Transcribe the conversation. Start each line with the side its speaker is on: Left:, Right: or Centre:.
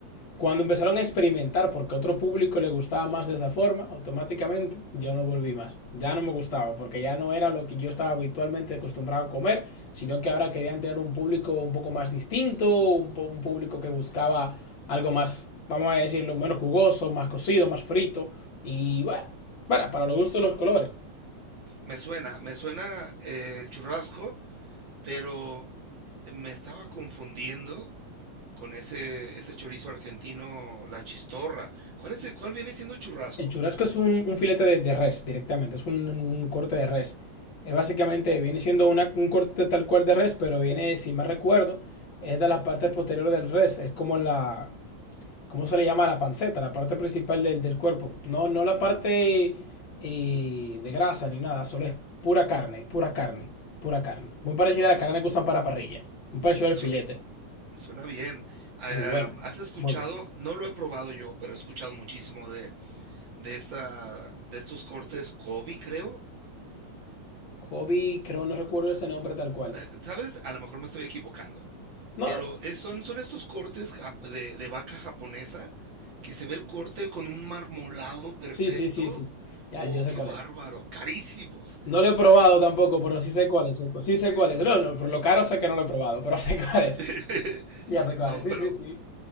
Left: cuando empezaron a experimentar porque a otro público le gustaba más de esa forma, automáticamente yo no volví más. Ya no me gustaba porque ya no era lo que yo estaba habitualmente acostumbrado a comer, sino que ahora querían tener un público un poco más distinto, un, un público que buscaba algo más, vamos a decirlo, menos jugoso, más cocido, más frito. Y bueno, para, para los gustos de los colores.
Right: Me suena, me suena eh, el churrasco, pero me estaba confundiendo Con ese ese chorizo argentino, la chistorra. ¿Cuál es el cuál viene siendo el churrasco?
Left: El churrasco es un, un filete de, de res directamente, es un, un corte de res. Es básicamente, viene siendo una- un corte tal cual de res, pero viene, si mal recuerdo, es de las partes posteriores del res. Es como la, ¿cómo se le llama? La panceta, la parte principal del, del cuerpo. No, no la
Right: Ujú.
Left: parte eh, de grasa ni nada, solo es pura carne, pura carne, pura carne. Muy parecido
Right: Bueno,
Left: a la carne que usan para parrilla. Muy parecido
Right: suen
Left: al filete.
Right: suena bien. Ah,
Left: Muy bueno,
Right: ¿has escuchado?
Left: muy bueno.
Right: No lo he probado yo, pero he escuchado muchísimo de de esta de estos cortes Kobe, creo.
Left: Hobby, creo, no recuerdo ese nombre tal cual.
Right: Eh, ¿sabes? A lo mejor me estoy equivocando,
Left: No,
Right: pero, eh, son son estos cortes jap de de vaca japonesa, que se ve el corte con un marmolado perfecto.
Left: Sí, sí, sí, sí. Ya,
Right: Oh,
Left: ya sé
Right: qué
Left: cuál
Right: bárbaro,
Left: es.
Right: carísimos.
Left: No lo he probado tampoco, pero sí sé cuál es. sé cu- Sí sé cuál es. No, no, por lo caro sé que no lo he probado, pero <laughs> sé cuál es.
Right: <laughs>
Left: Ya sé cuál
Right: No,
Left: es. Sí,
Right: pero
Left: sí, sí.